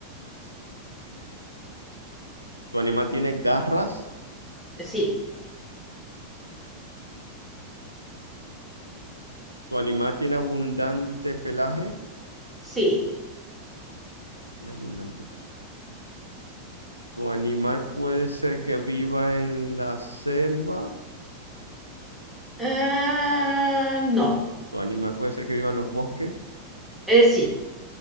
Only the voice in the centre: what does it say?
Sí,
sí.
Ah, no,
Eh, sí,